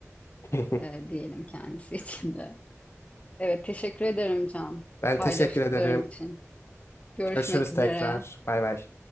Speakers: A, on the left; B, on the left.
A: <laughs>
B: e, diyelim kendisi için de. Evet, teşekkür ederim Can,
A: Ben
B: paylaştıkların
A: teşekkür ederim.
B: için. Görüşmek
A: Görüşürüz
B: üzere.
A: tekrar. Bay bay.